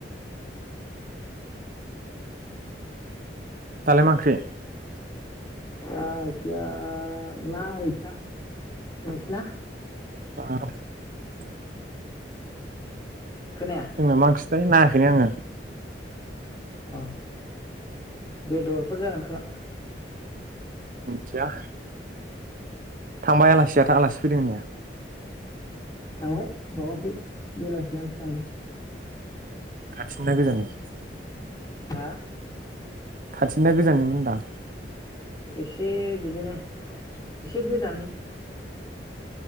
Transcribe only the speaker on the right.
दालाय मा ओंख्रि?
ओ गोथाव दे।
जोंना मा ओं ख्रिथाय नायाखैनो आङो।
मोनथिया। थांबाय आलासियाथ आलासि फैदों होननाया?
खाथिनिना गोजाननि?
खाथिनिना गोजाननि मोन होनदां?